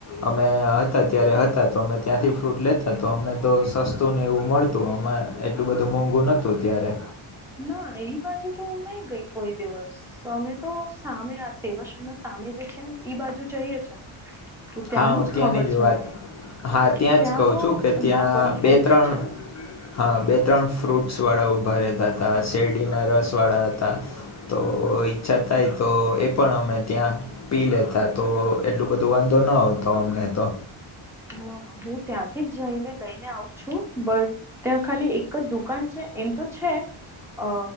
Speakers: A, on the left; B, in the centre.
A: અમે હતા ત્યારે હતા તો અમે ત્યાંથી ફ્રૂટ લેતા તો અમને તો સસ્ તું ને એવું મળતું અમાર એટલું બધું મોંઘું નહતું ત્યારે.
B: ના એ બાજુ તો હું નઈ ગઈ કોઈ દિવસ અમે તો સામે આ સવા સામે જે છે ને એઈ બાજુ જઈએ છે તો ત્યાંનું
A: હા હું
B: જ
A: ત્યાંની
B: ખબર છે
A: વાત
B: મને.
A: હા
B: ત્યાં
A: જ કહું
B: તો
A: છું કે ત્યાં
B: ના બંધ થઈ
A: બે ત્રણ
B: ગયું છે.
A: હા બે ત્રણ ફ્રૂટસ વાળા ઊભા રહેતા હતા શેરડીના રસ વાળા હતા. તો ઈચ્છા થાય તો એ પણ અમે ત્યાં પી લેતા તો એટલું બધું વાંધો ન આવતો અમને તો.
B: ના ના હું ત્યાંથી જ જઈને લઈને આવું છું બટ ત્યાં ખાલી એક જ દુકાન છે એમ તો છે અ